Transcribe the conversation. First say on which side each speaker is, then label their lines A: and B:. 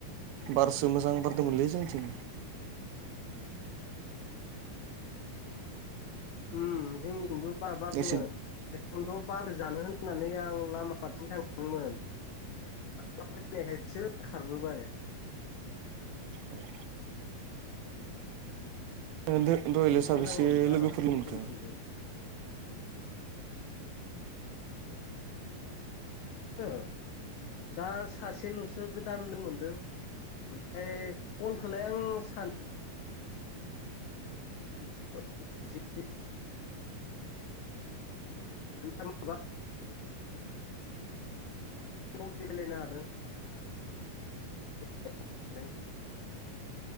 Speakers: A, on the right; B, on the left.
A: बारसो मोजां बारदोंमोनलै जोंथिं
B: उम जोंनिथिबो बार बार
A: नोंसि
B: दोंमोन बेखनोथ' बार जानो होननानै आं लामाथिं थांदोंमोन। <unintelligible> खायसो खारबोबाय
A: उम दो दहायलाय
B: बिराद
A: साबैसे
B: मोजांमोन बारा
A: लोगोफोर लोगो मोनखो
B: जोंनिथिंबो औ दा सासेल'सो गोदान लोगो मोनदों। ओमफ्राय कलखौलाय आं सान <unintelligible> <unintelligible> खमफि रालायनो हादों <unintelligible>